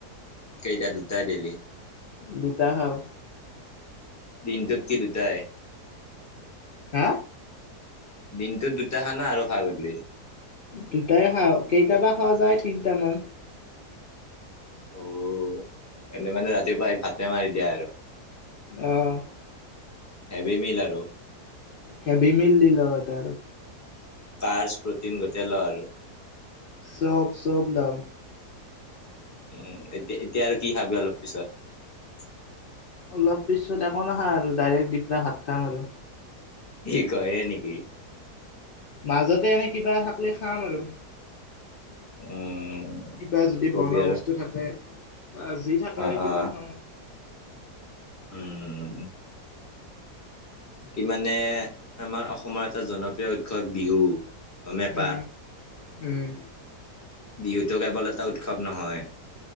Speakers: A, on the left; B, on the left.
A: কেইটা? দুটাই ডেইলী?
B: দুটা খাওঁ।
A: দিনটোত কি দুটাই?
B: হা?
A: দিনটো দুটা খানা আৰু খা গোধূলি?
B: দুটাই খাওঁ, কেইটাবা খাৱা যায় তিনিটামান।
A: অ', এনেই মানে ৰাতিপুৱাই ভাতে মাৰি দিয়া আৰু।
B: অ'।
A: হেভী মিল আৰু।
B: হেভী মিল দি ল এটা আৰু।
A: কাৰছ প্ৰটিন গোটে ল আৰু।
B: চব চব লাও।
A: উম, এতিয়া-এতিয়া আৰু কি খাবি অলপ পিছত?
B: অলপ পিছত একো নাখাও আৰু ডাইৰেক্ট দিপৰা ভাত খাম আৰু।
A: কি কয়ে নেকি?
B: মাজতে এনে কিবা থাকলি খাম আৰু।
A: উম।
B: কিবা
A: কি
B: যদি
A: কবি
B: বনা
A: আৰু
B: বস্তু থাকে বা যি থাকে
A: অ',
B: আৰু
A: অ',
B: কিবা খাম আৰু।
A: উম। বাকী মানে, আমাৰ অসমৰ এটা জনপ্ৰিয় উৎসৱ বিহু। গমে পা?
B: উম উম
A: বিহুতো কেৱল এটা উৎসৱ নহয়,